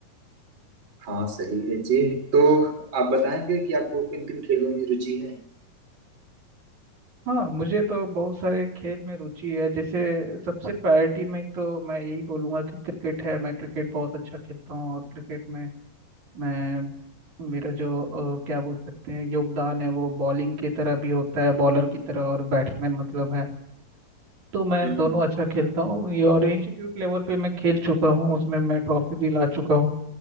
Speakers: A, on the right; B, on the right.
A: हाँ सही है जी तो आप बताएंगे कि आपको किन किन खेलों में रुचि है
B: हाँ मुझे तो बहुत सारे खेल में रुचि है जैसे सबसे प्रायोरिटी में तो मैं यही बोलूँगा कि क्रिकेट है मैं क्रिकेट बहुत अच्छा खेलता हूँ और क्रिकेट में मैं मेरा जो अ, क्या बोल सकते हैं योगदान है वो बॉलिंग की तरह भी होता है बॉलर की तरह और बैट्समैन मतलब है तो मैं
A: हम्म
B: दोनों
A: हम्म।
B: अच्छा खेलता हूँ ये और इंस्टीट्यूट लेवल पे मैं खेल चुका हूँ उसमें मैं ट्रॉफी भी ला चुका हूँ